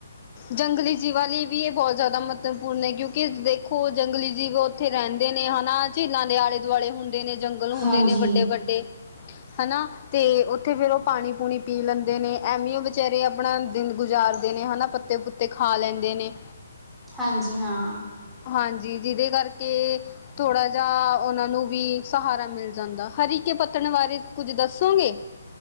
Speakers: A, on the left (about 35°); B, in the centre.
A: ਜੰਗਲੀ ਜੀਵਾਂ ਲਈ ਵੀ ਇਹ ਬਹੁਤ ਜ਼ਿਆਦਾ ਮਹੱਤਵਪੂਰਨ ਹੈ ਕਿਉਂਕਿ ਦੇਖੋ ਜੰਗਲੀ ਜੀਵ ਉੱਥੇ ਰਹਿੰਦੇ ਨੇ ਹਨਾ ਝੀਲਾਂ ਦੇ ਆਲੇ ਦੁਆਲੇ ਹੁੰਦੇ ਨੇ ਜੰਗਲ ਹੁੰਦੇ
B: ਹਾਂਜੀ
A: ਨੇ ਵੱਡੇ-ਵੱਡੇ ਹਨਾ ਤੇ ਉੱਥੇ ਫੇਰ ਉਹ ਪਾਣੀ-ਪੂਣੀ ਪੀ ਲੈਂਦੇ ਨੇ ਐਵੇਂਓ ਵਿਚਾਰੇ ਆਪਣਾ ਦਿਨ ਗੁਜ਼ਾਰਦੇ ਨੇ ਹਨਾ ਪੱਤੇ ਪੁੱਤੇ ਖਾ ਲੈਂਦੇ ਨੇ।
B: ਹਾਂਜੀ ਹਾਂ।
A: ਹਾਂਜੀ ਜਿਹਦੇ ਕਰਕੇ ਥੋੜਾ ਜਹਾ ਉਹਨਾਂ ਨੂੰ ਵੀ ਸਹਾਰਾ ਮਿਲ ਜਾਂਦਾ, ਹਰੀਕੇ ਪੱਤਣ ਬਾਰੇ ਕੁੱਝ ਦੱਸੋਗੇ?